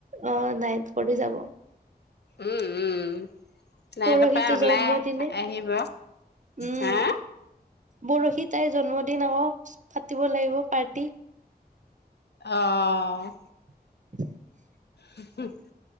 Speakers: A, on the right; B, on the left.
A: অ'! নাইট কৰি যাব।
B: উম! উম! উ! নাই
A: পৰহিতো
B: তাৰপা ওলাই
A: জন্মদিনে
B: আহিব।
A: উম
B: হা
A: পৰহি তাইৰ জন্মদিন। অ'! পাতিব লাগিব পাৰ্টি।
B: অঁ!
A: <inaudible>
B: <unintelligible>